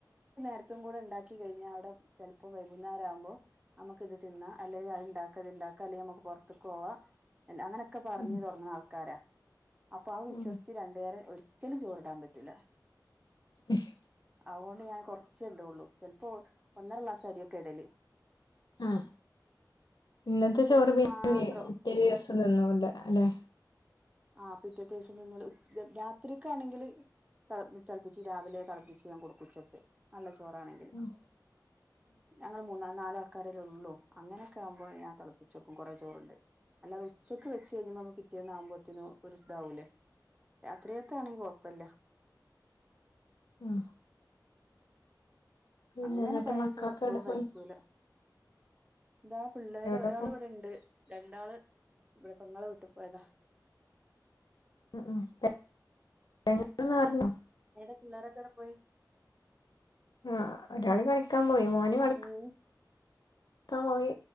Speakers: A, on the right; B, on the left.
A: ത്ത കൂടെ ഉണ്ടാക്കി കഴിഞ്ഞാൽ അവിടെ ചിലപ്പോ വൈകുന്നേരം ആകുമ്പോ നമുക്കിത് തിന്നാം അല്ലേൽ അതിണ്ടാക്കണേണ്ടാക്കാം അല്ലേ നമുക്ക് പുറത്ത് കോവാ ല്ല അങ്ങനക്കെ പറഞ്ഞ്
B: ഉം
A: തുടങ്ങുന്ന ആൾക്കാരാ അപ്പൊ ആ വിശ്വസിച്ച്
B: ഉം
A: രണ്ടുപേരെ ഒരു ഒല് ചോറിടാൻ പറ്റൂല
B: ഉഹ്
A: ഔകൊണ്ട് ഞാൻ കൊറച്ച് ച്ചെണ്ടുള്ളൂ ചെൽപ്പോ ഒന്നര ഗ്ലാസ്സ്‌ അര്യേ കെടല്
B: അ ഇന്നത്തെ
A: ഉച്ചകത്തേക്ക്
B: ചോറ് പിന്നെന്തെയ്യും
A: മാത്രം
B: പിറ്റേ ദിവസം തിന്നൂല്ല അലെ
A: ആ പിറ്റേത്തേസെം തിന്നല് രാത്രിക്കാണെങ്കില് തൾ തണ്ണിച്ച് രാവിലെ തെളപ്പിച്ച് ഞാൻ കൊടുക്കും ഉച്ചക്ക് നല്ല ച് കൊറാണെങ്കില്
B: ഉം
A: ഞങ്ങള് മൂന്നാ നാലാൾക്കാരല്ലേ ഉള്ളൂ അങ്ങനൊക്കെ ആകുമ്പോ ഞാൻ തെളപ്പിച്ചു കൊടു ഉം കൊറേ ചോറ്ണ്ട് അല്ലാതെ ഉച്ചക്ക് വെച്ച് കഴിഞ്ഞുമ്പോ നമ്മക്ക് പിറ്റേന്നാവു മ്പോഴത്തേനു ഒരിതാവൂല്ലേ രാത്രിയെത്തെയാണെ കൊഴപ്പല്ല
B: ഉം പിന്നെ
A: അങ്ങനെ
B: എന്നിട്ട്
A: പഴയ
B: മക്കളൊക്കെ
A: ചോറ് എപ്പളും
B: എവിടെ പോയി
A: കഴിക്കൂല്ല ഇതാ പിള്ളേര്
B: എവിടെ
A: ഒരാൾ
B: പോ
A: ഇവിടെണ്ട് രണ്ടാള് ഇവിടെ പെങ്ങളെ വീട്ടി പോയതാ
B: ഉംഉം എ എങ്ങ്ട്ട്ന്ന് പറഞ്ഞോ
A: എവ്ടെ പിള്ളേരൊക്കെവിടെ പോയി
B: ആ ഒരാള് കളിക്കാൻ പോയി മോന് കളിക്ക
A: ഉം
B: പോയി